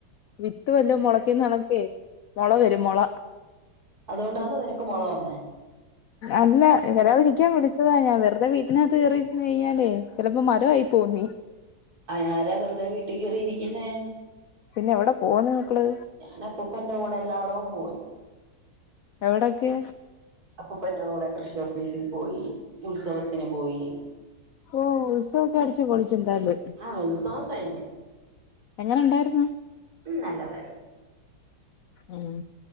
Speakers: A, on the left; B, on the right.
A: വിത്ത് വല്ല മുളക്കന്ന്ണക്കേ മുള വരും മുള
B: അതുകൊണ്ടാന്നോ നിനക്ക് മൊള വന്നേ
A: അല്ല വരാതെ ഇരിക്കാൻ വിളിച്ചു ഞൻ വെറുത വീട്ടിനകത്ത് കയറിയിരുന്ന് കഴിഞ്ഞാലേ ചിലപ്പോ മരമായി പോവും നീ
B: അ ആരാ വെറുതെ വീട്ടിൽ കയറിയിരിക്ക ഇന്ന
A: പിന്നെ എവിടെ പോവുന്ന് മക്കള്
B: ഞാന അപ്പപ്പ എറെ കൂടെ എല്ലായിടവും പോയി
A: എവിടൊക്കെ
B: അപ്പപ്പൊ എന്റെ കൂടെ കൃഷി ഓഫീസി പോയി ഉത്സവത്തിന് പോയി
A: ഓ ഉത്സവൊക്കെ അടിച്ച് പൊളിച്ചെന്തായാലും
B: ആഹ ഉത്സവം കഴിഞ്ഞു
A: എങ്ങനെ ഉണ്ടായിരുന്നു
B: ഉ നല്ലതായിരുന്നു
A: ഉം